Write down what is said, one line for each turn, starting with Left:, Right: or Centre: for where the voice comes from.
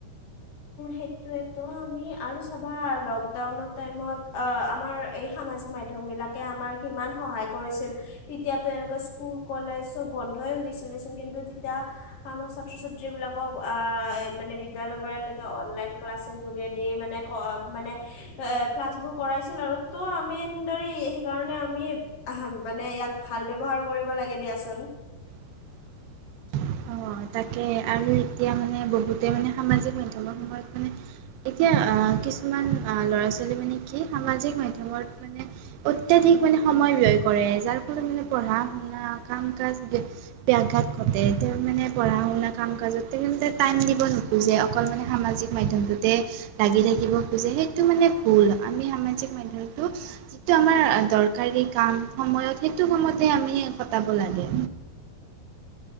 Left: সেইটোৱে ত আমি আৰু চাবা লকডাউনৰ টাইমত আ আমাৰ এই সামাজিক মাধ্যম <unintelligible> মাধ্যম বিলাকে আমাৰ কিমান সহায় কৰিছিল, তেতিয়াতো এনেকে স্কুল কলেজ চব বন্ধই গৈছিল, <unintelligible> হলে চোন কিন্তু তেতিয়া আমাৰ ছাত্ৰ ছাত্ৰী বিলাকক আঁহ এ মানে বিদ্যালয় পুৰা এনেকে অনলাইন ক্লাচে যোগেদি মানে ক মানে এ ক্লাছ বোৰ কৰাইছিল আৰু টো অহ আমি এনেদৰে সেইকাৰণে আমি আহা মানে ইয়াক ভাল ব্যৱহাৰ কৰিব লাগে দিয়াচোন।
Right: <inaudible> অ তাকে আৰু এতিয়া মানে বহুতে মানে সামাজিক মাধ্যমৰ সময়ত মানে এতিয়া আহ কিছুমান ল'ৰা ছোৱালী মানে কি সামাজিক মাধ্যমত মানে অত্যাধিক আজি কালি সময় লৈ কৰে, যাৰ ফলত মানে পঢ়া শুনা কাম কাজ বে ব্যাখা ঘাত ঘটে তেওঁ মানে পঢ়া শুনা কাম কাজতে তেখলোকে টাইম দিব নোখোজে, অকল মানে সামাজিক মাধ্যমটোতে লাগি থাকিব খোজে সেইটো মানে ভুল, আমি সামাজিক মাধ্যমটো যিটো আমাৰ দৰকাৰ ৰ কাম সময়ত সেইটো কামতেহে আমি কটাব লাগে।